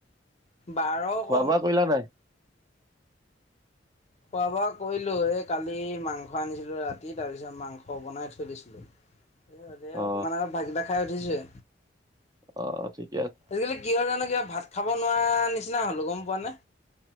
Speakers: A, on the left; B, on the right.
A: বাৰ
B: খোৱা
A: কম।
B: বোৱা কৰিলা নাই
A: খোৱা -বোৱা কৰিলোঁ এই কালি মাংস আনিছিলোঁ ৰাতি তাৰপিছত মাংস বনাই থৈ দিছিলোঁ। দে
B: অ
A: অকমান আগত ভাতকেইটা খাই উঠিছোঁ হে।
B: অহ, ঠিক
A: আজিকালি কিহৰ কাৰনে কিবা ভাত খ খাব নোৱাৰা নিচিনা হ'লো গম পোৱা নে,